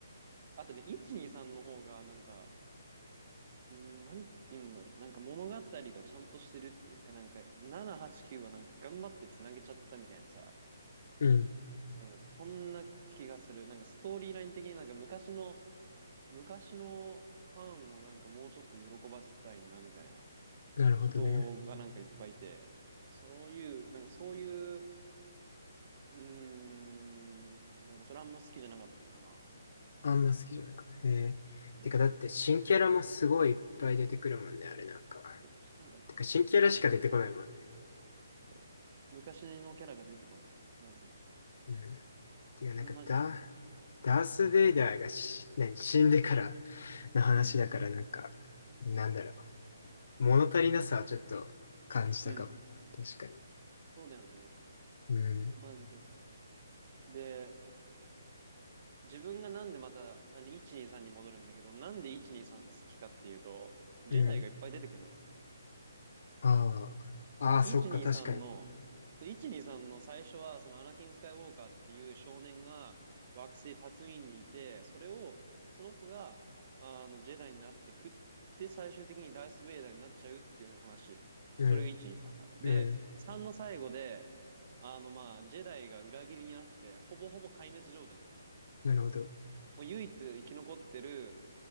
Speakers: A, on the right; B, on the left.
A: あとね、1、2、3の方がなんか、うーん、なんて言うんだろう。なんか物語がちゃんとしてるっていうか、なんか7、8、9はなんか頑張ってつなげちゃったみたいなさ、
B: うん。
A: うん、そんな気がする。なんかストーリーライン的になんか昔の、昔のファンをなんかもうちょっと喜ばせたいなみたいな。
B: なるほどね。
A: 人がなんかいっぱいいて、そういう、なんかそういう、うーん、なんかそれあんま好きじゃなかったかな。
B: あんま好きじゃなかった。へえ。
A: うん。
B: てか、だって新キャラもすごいいっぱい出てくるもんね、あれなんか。
A: そう、なんかね、
B: てか、新キャラしか出てこないもんね。
A: そう、全然新キャラと、昔のキャラが出てこない。マジで。
B: うん。てか、なんか、
A: それマジ残念。
B: ダ、ダース・ベイダーがし、何、死んでからの話だから、
A: うん。
B: なんか、なんだろう。物足りなさはちょっと感じたかも。
A: うん。
B: 確かに。
A: そうだよね。
B: うん。
A: マジで。で、自分がなんでまた、あの、123にさんに戻るんだけど、なんで123が好きかっていうと、ジェダイがいっぱい出てくるのね。
B: うん。ああ。
A: その123の、
B: ああ、そっか、確かに。
A: そう1 2の最初は、そのアナキン・スカイウォーカーっていう少年が惑星タツインにいて、それを、その子が、あの、ジェダイになってくって、最終的にダース・ベイダーになっちゃうっていう話。
B: うん。
A: それが123まで。で、
B: うん。
A: 3の最後で、あの、まあ、ジェダイが裏切りにあって、ほぼほぼ壊滅状態になるの。
B: なるほど。
A: もう唯一生き残ってる、